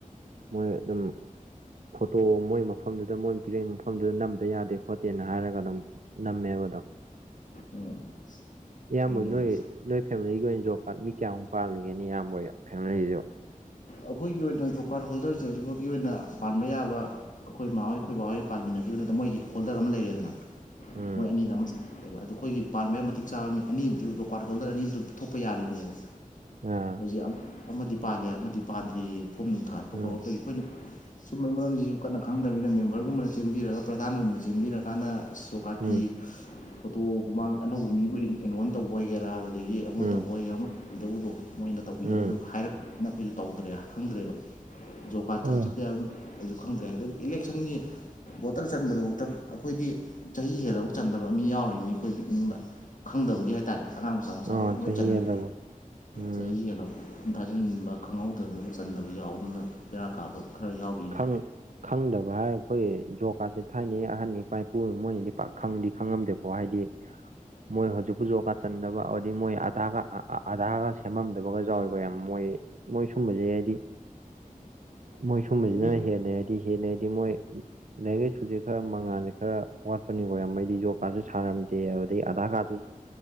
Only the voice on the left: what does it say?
ꯎꯝ
ꯍꯣꯏꯅꯦ ꯑꯗꯨꯗꯤ
ꯑꯩꯈꯣꯏꯒꯤ ꯑꯣꯏꯅ ꯀꯥꯔꯠ ꯍꯣꯜꯗꯔꯁꯦ ꯍꯧꯖꯤꯛꯐꯒꯤ ꯑꯣꯏꯅ ꯄꯥꯟꯕ ꯌꯥꯕ ꯑꯩꯈꯣꯏ ꯃꯥꯍꯣꯏ ꯑꯩꯈꯣꯏ ꯕꯥꯍꯣꯏ ꯄꯥꯃꯤꯟꯅꯈꯤꯕꯗꯨꯗ ꯃꯣꯏꯒꯤ ꯍꯣꯜꯗꯔ ꯑꯃ ꯂꯩꯔꯦꯗꯅ
ꯃꯣꯏ ꯑꯅꯤꯗ ꯑꯃ ꯑꯣꯏꯕ ꯑꯗꯨꯣ ꯑꯩꯈꯣꯏꯒꯤ ꯄꯥꯟꯕ ꯌꯥꯝ ꯃꯇꯤꯛ ꯆꯥꯕ ꯃꯤ ꯑꯅꯤꯁꯨ ꯗꯨꯀꯥꯟ ꯍꯣꯜꯗꯔ ꯑꯅꯤꯁꯨ ꯊꯣꯛꯄ ꯌꯥꯔꯤꯕꯅꯦꯕ
ꯍꯧ ꯑꯃꯗꯤ ꯄꯥꯜꯂꯦ ꯑꯃꯗꯤ ꯄꯥꯟꯗ꯭ꯔꯤ ꯐꯣꯝ ꯅꯨꯡ ꯊꯥꯠꯄ
ꯈꯣꯠꯄꯒꯤ ꯑꯩꯈꯣꯏꯅ ꯁꯨꯝꯕꯩ ꯃꯔꯝꯁꯤꯁꯨ ꯀꯟꯅ ꯈꯪꯗꯅꯤꯅ ꯃꯦꯝꯕꯔꯒꯨꯝꯕꯅ ꯆꯦꯟꯕꯤꯔꯒ ꯄ꯭ꯔꯙꯥꯟꯒꯨꯝꯕꯅ ꯆꯦꯟꯕꯤꯔꯀꯥꯟꯗ ꯁꯣꯀꯥꯔꯠꯀꯤ
ꯐꯣꯇꯣꯒꯨꯃꯥꯡ ꯑꯅꯧꯕ ꯃꯤꯕꯨ ꯑꯦꯅꯣꯟ ꯇꯧꯕ ꯑꯣꯏꯒꯦꯔꯥ ꯑꯗꯨꯗꯒꯤ ꯑꯃ
ꯇꯧꯕ ꯑꯃ ꯏꯗꯧꯕꯗꯣ ꯃꯣꯏꯅ ꯇꯧꯕꯤꯗꯧꯕꯗꯣ
ꯍꯥꯏꯔꯛꯅ ꯑꯩꯈꯣꯏꯁꯨ ꯇꯧꯗ꯭ꯔꯦ ꯈꯪꯗ꯭ꯔꯦꯕ ꯖꯣꯀꯥꯔꯇ
ꯍꯥꯞꯆꯗ꯭ꯔꯦ ꯍꯥꯏꯕ ꯑꯩꯁꯨ ꯈꯪꯗ꯭ꯔꯦ ꯍꯥꯏ ꯏꯂꯦꯛꯁꯟꯒꯤ ꯕꯣꯇꯜ ꯆꯟꯕꯗꯨꯐꯛꯇ ꯑꯩꯈꯣꯏꯗꯤ ꯆꯍꯤ ꯍꯦꯜꯂꯐꯧꯛ ꯆꯟꯗꯕ ꯃꯤ ꯌꯥꯎꯔꯤꯅꯤ ꯑꯩꯈꯣꯏ ꯏꯃꯨꯡꯗ ꯈꯪꯗꯕꯒꯤ ꯍꯥꯏꯇꯥꯔꯦ ꯑꯉꯥꯡ ꯃꯆꯥ ꯃꯆꯥ
ꯂꯣꯏ
ꯆꯥꯟꯅꯔꯦ
ꯆꯍꯤ ꯍꯦꯜꯂꯕ ꯆꯟꯕ ꯈꯪꯍꯧꯗꯗꯅ ꯆꯟꯗꯕ ꯌꯥꯎꯗꯅ ꯄꯦꯔꯥ ꯀꯥꯞꯕ ꯈꯔ ꯌꯥꯎꯔꯤꯅꯤ
ꯑꯗꯨ